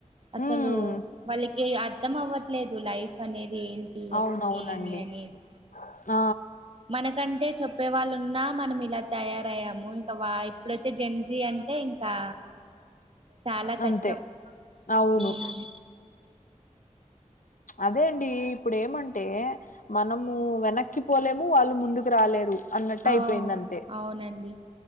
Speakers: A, on the right; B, on the left.
A: అసలు
B: ఉమ్
A: వాళ్ళకి అర్థం అవ్వట్లేదు లైఫ్ అనేది ఏన్ టి
B: అవునవునండి
A: ఏమి అనేది
B: ఆ
A: మనకంటే చెప్పే వాళ్ళు ఉన్నా మనం ఇలా తయారయ్యాము ఇంకా వా ఇప్పుడొచ్చే జన్ జి అంటే ఇంకా చాలా కష్టం
B: అంతే అవును
A: హ్మ్
B: అదే అండి ఇప్పుడు ఏమంటే మనము వెనక్కి పోలేము వాళ్ళు ముందుకు రాలేరు అన్నట్ట
A: ఆ
B: అయిపోయింది అంతే
A: అవునండి